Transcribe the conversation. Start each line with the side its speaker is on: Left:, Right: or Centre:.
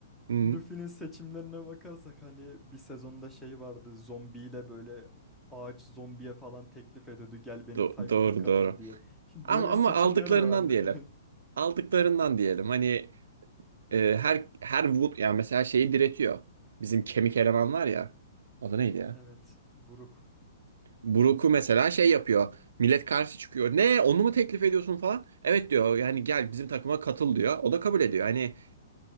Right: Hı,
Centre: Luffy'nin seçimlerine bakarsak hani bir sezonda şey vardı zombiyle böyle ağaç zombiye falan teklif ediyordu gel benim
Right: do-
Centre: tayfama
Right: doğru
Centre: katıl
Right: doğru.
Centre: diye. Şimdi
Right: Ama
Centre: böyle
Right: ama
Centre: seçimleri
Right: aldıklarından
Centre: de var Luffy'nin.
Right: diyelim. Aldıklarından diyelim. Hani e, her her vur- yani mesela şeyi diretiyor. Bizim kemik eleman var ya. O da neydi ya?
Centre: Evet, buruk.
Right: Brook'u mesela şey yapıyor. Millet karşı çıkıyor. Ne onu mu teklif ediyorsun falan? Evet diyor. Yani gel bizim takıma katıl diyor. O da kabul ediyor. Hani